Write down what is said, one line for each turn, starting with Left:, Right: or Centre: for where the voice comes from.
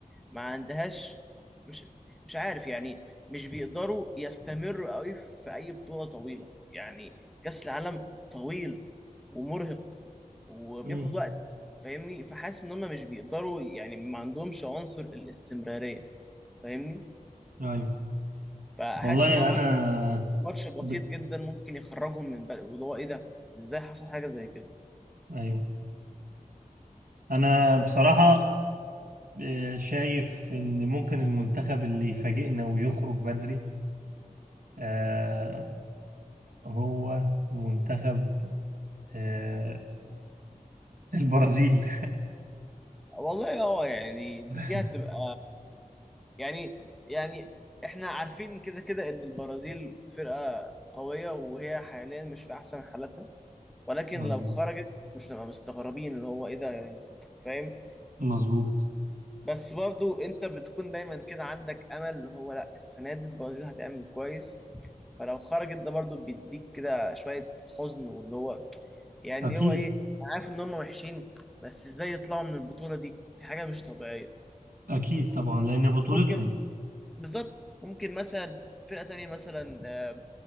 Centre: ما عندهاش مش مش عارف يعني مش بيقدروا يستمروا قوي في اي بطولة طويلة يعني كأس العالم طويل ومرهق وبياخد
Right: مم.
Centre: وقت فاهمني فحاسس ان هم مش بيقدروا يعني ما عندهمش عنصر الاستمرارية فاهمني
Right: ايوه
Centre: فحاسس
Right: والله
Centre: ان هو
Right: انا
Centre: مثلا ماتش بسيط
Right: ب...
Centre: جدا ممكن يخرجهم من بقى وده هو ايه ده ازاي حصل حاجة زي كده
Right: ايوه انا بصراحه آه، شايف ان ممكن المنتخب اللي يفاجئنا ويخرج بدري آه، هو منتخب آه، البرازيل
Centre: والله اه يعني
Right: <laughs>
Centre: دي هتبقى يعني يعني احنا عارفين كده كده ان البرازيل فرقة قوية وهي حاليا مش في احسن حالاتها ولكن
Right: مظبوط
Centre: لو خرجت مش نبقى مستغربين اللي هو ايه ده يا ز- فاهم
Right: مظبوط
Centre: بس برضو انت بتكون دايما كده عندك امل اللي هو لا السنة دي البرازيل هتعمل كويس فلو خرجت ده برضو بيديك كده شوية حزن واللي هو يعني
Right: اكيد
Centre: هو ايه أنا عارف ان هم وحشين بس ازاي يطلعوا من البطولة دي دي حاجة مش طبيعية
Right: اكيد طبعا لان بطولتهم
Centre: ممكن بالظبط ممكن مثلا فرقة تانية مثلا آه،